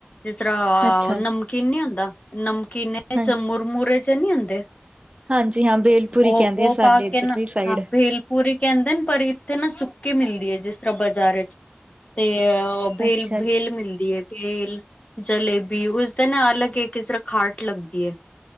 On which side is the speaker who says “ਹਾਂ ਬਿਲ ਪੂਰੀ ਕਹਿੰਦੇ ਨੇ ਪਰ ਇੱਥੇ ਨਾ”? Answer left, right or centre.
Left